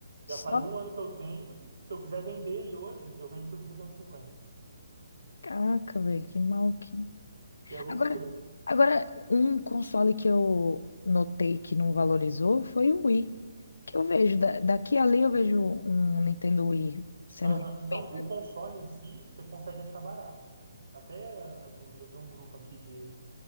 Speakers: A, on the left; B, on the right.
A: Só
B: Já faz um ano que eu tenho. Se eu quiser vender ele hoje, eu vendo por 350.
A: caca, velho, que maluquinho.
B: É, é loucura.
A: Agora, agora, um console que eu notei que não valorizou foi o Wii. que eu vejo, da- daqui a ali eu vejo um Nintendo Wii sendo.
B: Aham, Então,
A: bem barato.
B: o console em si, você consegue achar barato. Até eh, eu eu tenho um grupo aqui de,